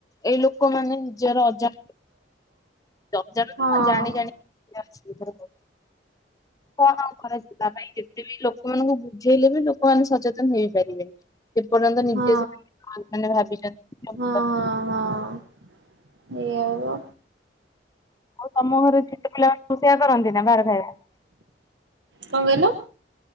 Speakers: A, on the left (about 20°); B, on the right (about 85°).
A: ଏଇଲୋକମାନେ ନିଜର ଅଜା ଅଜାଣତ ରେ
B: ହଁ।
A: କଣ ଜାଣି ଜାଣି <unintelligible> କଣ ଆଉ କରାଯିବ ତା ପାଇଁ ଯେତେ ବି ଲୋ ଲୋକ ମାନଙ୍କୁ ବୁଝେଇଲେ ବି ଲୋକମାନେ ସଚେତନ ହେଇପାରିବେନି। ସେପର୍ଯ୍ୟନ୍ତ ନିଜେ
B: ହଁ
A: ସେମାନେ ମାନେ ଭାବିଛନ୍ତି <unintelligible>
B: ହଁ ହଁ ହଁ ଏଇଆ ଅବ।
A: ଆଉ ତମ ଘରେ ଛୋଟ ପିଲା ମାନଙ୍କୁ ସେଆ କରନ୍ତିନା ବାହାରେ ଖାଇବା?
B: କଁ କହିଲ?